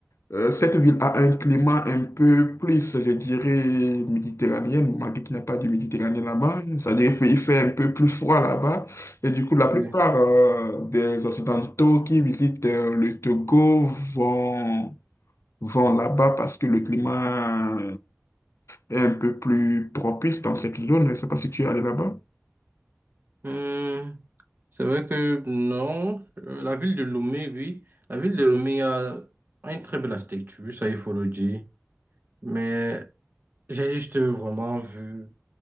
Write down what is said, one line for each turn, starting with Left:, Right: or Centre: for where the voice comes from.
Left: Euh, cette ville a un climat un peu plus, je dirais, méditerranéen, malgré qu'il n'y a pas de Méditerranée là-bas. C'est-à-dire qu'il fait, il fait un peu plus froid là-bas. Et du coup, la plupart
Right: oui.
Left: euh, des Occidentaux qui visitent euh, le Togo vont, vont là-bas parce que le climat est un peu plus propice dans cette zone. Je ne sais pas si tu es allé là-bas.
Right: Hum, c'est vrai que non, Euh, la ville de Lomé, oui. La ville de Lomé a une très belle architecture, ça il faut le dire. Mais j'ai juste vraiment vu